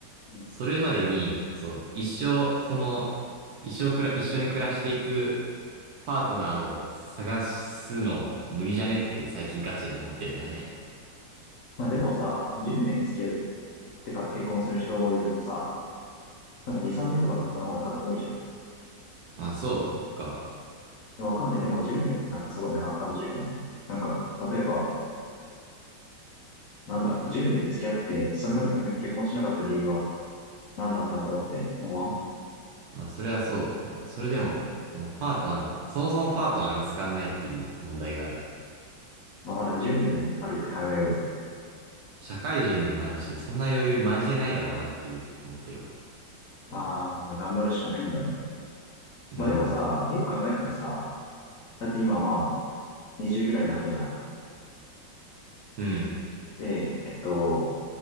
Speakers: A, on the left; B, on the right.
A: うん。
B: それまでに、そう、一生、その、一生くら、一緒に暮らしていくパートナーを探すの無理じゃねって最近ガチで思ってんだよね。
A: まあでもさ、10年付き合ってから結婚する人よりもさ、なんか2、3年とかの人の方が多分多いじゃん。
B: まあ、そうか。
A: でわかんない。でも10年ってなんかすごい長く感じるけどね。なんか、例えば、なんだろう、10年付き合って、それまで逆に結婚しなかった理由は何だったんだろうって思わん
B: まあ、それはそう。まあそれでも、そのパートナー、そもそもパートナー見つかんないっていう問題がある。
A: まあまだ10年あるって考えようぜ。
B: 社会人にもなるし、そんな余裕マジでないだろうなっていう思ってるわ。
A: まあ、頑張るしかないんだろうね。
B: うん。
A: まあでもさ、よく考えたらさ、だって今まあ、20ぐらいなわけじゃん。
B: うん。
A: で、えっと、